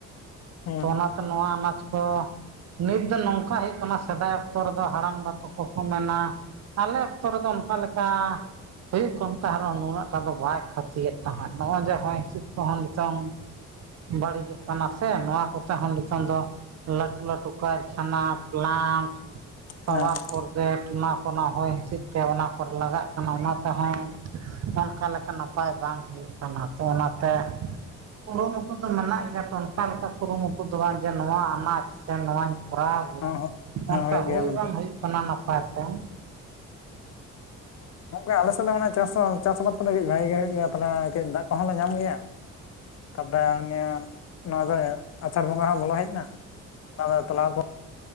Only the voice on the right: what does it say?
ᱚᱱᱟᱼ ᱱᱚᱣᱟ ᱟᱱᱟᱡᱽ ᱠᱚ ᱱᱤᱛ ᱫᱚ ᱱᱚᱝᱠᱟ ᱦᱩᱭᱩᱜᱜ ᱠᱟᱱᱟ ᱥᱮᱫᱟᱭ ᱚᱠᱛᱚ ᱨᱮᱫᱚ ᱦᱟᱲᱟᱢ ᱵᱟ ᱛᱟ ᱠᱚᱠᱚ ᱢᱮᱱᱟ ᱟᱞᱮ ᱚᱠᱛᱚ ᱨᱮᱫ ᱚᱱᱠᱟ ᱞᱮᱠᱟ ᱦᱩᱭᱩᱜ ᱠᱟᱱ ᱛᱟᱦᱮ ᱨᱮᱱᱟᱚᱸ ᱱᱩᱱᱟᱹᱜ ᱴᱟ ᱫᱚ ᱵᱟᱭ ᱠᱷᱚᱛᱤᱭᱮᱫ ᱛᱟᱦᱮᱸᱫ ᱱᱚᱜᱼᱚᱭ ᱡᱮ ᱦᱚᱭ ᱦᱤᱥᱮᱫ ᱠᱚᱦᱚᱸ ᱱᱤᱛᱚᱝ ᱵᱟᱹᱲᱤᱡᱚᱜ ᱠᱟᱱᱟ ᱥᱮ ᱱᱚᱣᱟ ᱠᱚᱛᱮ ᱦᱚᱸ ᱱᱤᱛᱚᱝ ᱫᱚ ᱞᱴᱩ ᱞᱴᱩ ᱠᱟᱨᱠᱷᱟᱱᱟ ᱯᱮᱞᱟᱢ ᱯᱟᱣᱟᱨ
ᱯᱷᱩᱞ ᱚᱱᱟ ᱠᱚ ᱦᱚᱭ ᱦᱤᱸᱤᱥᱤᱫ ᱛᱮ ᱚᱱᱟ ᱠᱚᱨᱮ ᱞᱟᱜᱟᱜ ᱠᱟᱱᱟ ᱚᱱᱟ ᱛᱮᱦᱚᱸ ᱚᱱᱠᱟ ᱞᱮᱠᱟᱱᱟᱜ ᱟᱨ ᱵᱟᱝ ᱦᱩᱭᱩᱜ ᱠᱟᱱᱟ ᱛᱚ ᱚᱱᱟᱛᱮ ᱠᱩᱨᱩᱢᱩᱴᱩ ᱫᱚ ᱢᱮᱱᱟᱜ ᱜᱮᱭᱟ ᱛᱚ ᱚᱱᱠᱟ ᱞᱮᱠᱟ ᱠᱩᱨᱩᱢᱩᱴᱩ ᱫᱚ ᱵᱟᱝ ᱡᱮ ᱱᱚᱣᱟ ᱟᱱᱟᱴ ᱥᱮ ᱱᱚᱣᱟ ᱠᱚᱨᱟᱣ ᱜᱳ
ᱚᱱᱠᱟ
ᱦᱳᱭ
ᱵᱟᱝ ᱦᱩᱭᱩᱜ ᱠᱟᱱᱟ ᱱᱟᱯᱟᱭ ᱛᱮ